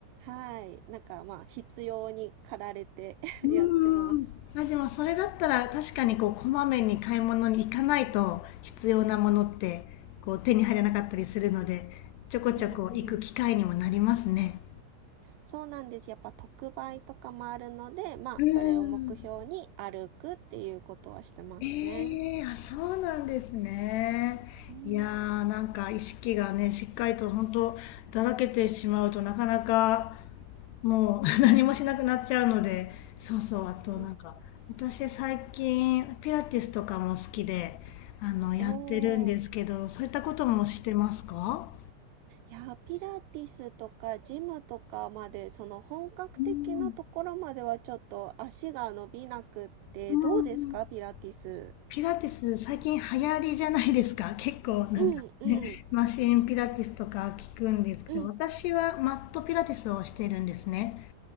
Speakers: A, on the right (about 80°); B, on the left (about 75°).
A: はい、なんかまあ、必要に駆られて <laughs>
B: うーん。
A: やってます。
B: あ、でもそれだったら確かにこうこまめに買い物に行かないと必要なものってこう手に入らなかったりするので、ちょこちょこ行く機会にもなりますね。
A: うんうん。そうなんです。やっぱ特売とかもあるので、まあ、
B: うーん。
A: それを目標に歩くっていうことはしてますね。
B: ええあ、そうなんですね。
A: うん。
B: いやー、なんか意識がね、しっかりと本当だらけてしまうとなかなかもう <laughs> 何もしなくなっちゃうので、そうそう、あとなんか、
A: まあ、
B: 私最近ピラティスとかも好きで、あの、やってるんですけど、
A: おー。
B: そういったこともしてますか
A: いや、ピラティスとかジムとかまで、その本格的なところまではちょっと足が伸びなくって、
B: うん。うん
A: どうですか、ピラティス。
B: ピラティス最近流行りじゃないですか。<laughs> 結構なんかね、
A: うんうん
B: マシンピラティスとか聞くんですけど、
A: うん。
B: 私はマットピラティスをしてるんですね。